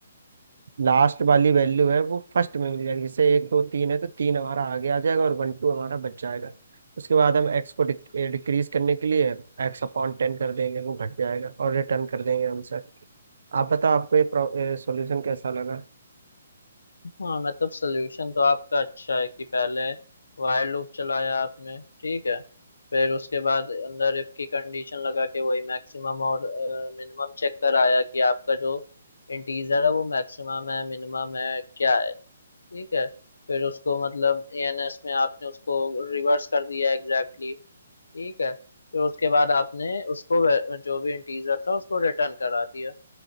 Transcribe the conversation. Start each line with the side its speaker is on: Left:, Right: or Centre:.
Right: लास्ट वाली वैल्यू है वो फर्स्ट में मिल जाएगी जैसे एक दो तीन है तो तीन हमारा आगे आ जाएगा और वन टू हमारा बच जाएगा उसके बाद हम एक्स को डिक्रीज करने के लिए एक्स अपॉन टेन कर देंगे वो घट जाएगा और रिटर्न कर देंगे आंसर आप बताओ आपको ये सॉल्यूशन कैसा लगा
Left: हाँ मतलब सोल्यूशन तो आपका अच्छा है कि पहले while लूप चलाया आपने ठीक है फिर उसके बाद अंदर इफ की कंडीशन लगा के वही मैक्सिमम और मिनिमम चेक कराया कि आपका जो इंटीजर है वो मैक्सिमम है मिनिमम है क्या है ठीक है फिर उसको मतलब एएनएस में आपने उसको रिवर्स कर दिया एग्जैक्टली exactly, ठीक है फिर उसके बाद आपने उसको वे- जो भी इंटीजर था उसको रिटर्न करा दिया